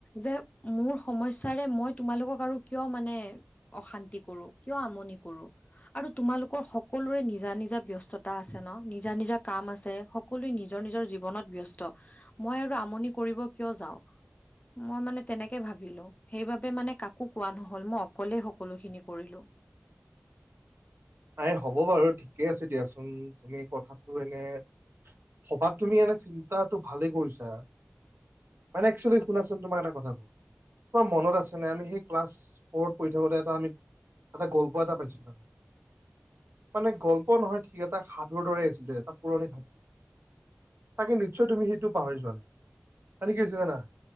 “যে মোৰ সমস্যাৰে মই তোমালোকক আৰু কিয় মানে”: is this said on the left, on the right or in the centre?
Left